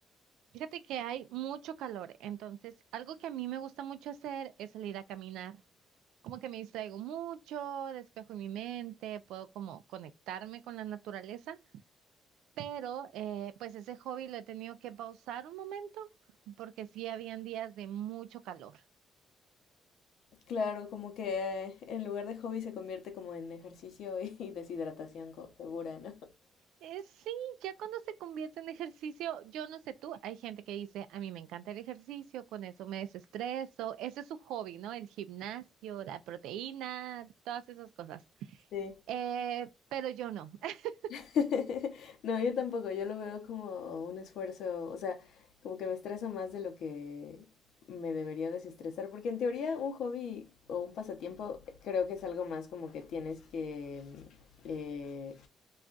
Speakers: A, on the right; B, on the left.
A: Fíjate que hay mucho calor, entonces algo que a mí me gusta mucho hacer es salir a caminar. Como que me distraigo mucho, despejo mi mente, puedo como conectarme con la naturaleza, pero eh, pues ese hobby lo he tenido que pausar un momento porque sí habían días de mucho calor.
B: Claro, como que en lugar de hobby se convierte como en ejercicio y <laughs> deshidratación co- segura, ¿no?
A: Eh, sí, ya cuando se convierte en ejercicio, yo no sé tú, hay gente que dice, a mí me encanta el ejercicio, con eso me desestreso, ese es su hobby, ¿no? El gimnasio, la proteína, todas esas cosas.
B: Sí.
A: Eh, pero yo no. <laughs>
B: <laughs> No, yo tampoco, yo lo veo como un esfuerzo, o sea, como que me estresa más de lo que me debería desestresar, porque en teoría un hobby o un pasatiempo creo que es algo más como que tienes que, mm, eh,